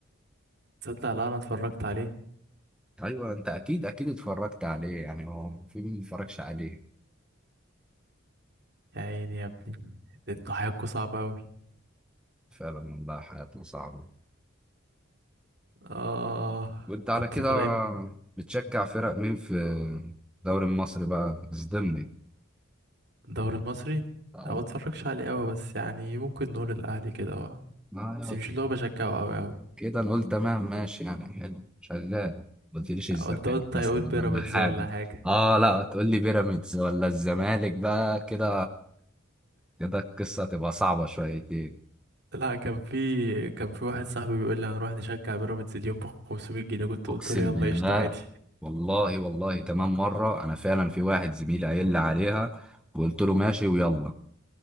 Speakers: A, on the right (about 55°); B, in the centre.
A: تصدق لا أنا اتفرجت عليه
B: ايوه انت اكيد اكيد اتفرجت عليه يعني هو في مين ما اتفرجش عليه
A: يا عيني يا ابني انتوا حياتكوا صعبة أوي
B: فعلا والله حياته صعبه
A: آه
B: وانت على
A: انتوا
B: كده
A: طالعين
B: بتشجع فرق مين في الدوري المصري بقى اصدمني
A: الدوري المصري
B: اهو
A: أنا ما بتفرجش عليه أوي بس يعني ممكن نقول الأهلي كده آه.
B: آه،
A: بس مش اللي هو بشجعه أوي أوي
B: كده نقول تمام ماشي يعني حلو شغال ما قلتليش الزمالك
A: انت قلت
B: مثلا
A: هيقول بيراميدز
B: ولا حاجة
A: ولا حاجة
B: اه لا تقول لي بيراميدز ولا الزمالك بقى كده كده القصة هتبقى صعبة شويتين
A: لا كان في كان في واحد صاحبي بيقول لي هنروح نشجع بيراميدز اليوم ب 500 جنيه كنت قلت
B: اقسم
A: له يلا
B: بالله
A: قشطة عادي
B: والله والله تمام مرة انا فعلا في واحد زميلي قايل لي عليها وقلت له ماشي ويلا